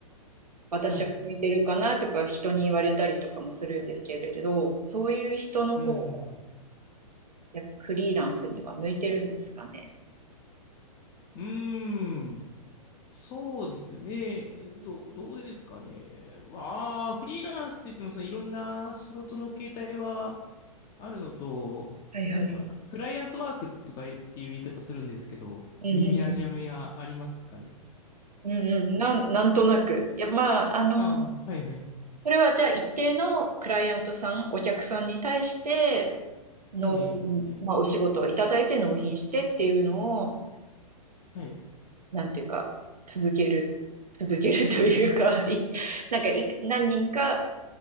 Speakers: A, on the right (about 80°); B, on the left (about 25°).
A: 私は向いてるかなとか人に言われたりとかもするんですけれど、
B: はいはい。
A: そういう人の方が
B: うーん。
A: やっぱフリーランスには向いてるんですかね。
B: うーん。そうですね。どう、どうですかね。まあ、フリーランスって言っても、そのいろんな仕事の形態はあるのと、
A: はいはいはい。
B: なんだろうな、クライアントワークとかっていう言い方するんですけど、
A: うん
B: 耳なじみはありますかね。
A: うん、うんうんうん、なん、なんとなく。いや、まあ、あの、
B: ああ、はいはい。
A: それはじゃあ一定のクライアントさん、お客さんに対して納品、
B: ええ、ええ、
A: まあお仕事をいただいて納品してっていうのを、
B: はい。
A: なんていうか、続ける、続けるというか、<laughs> い、なんかい、何人か、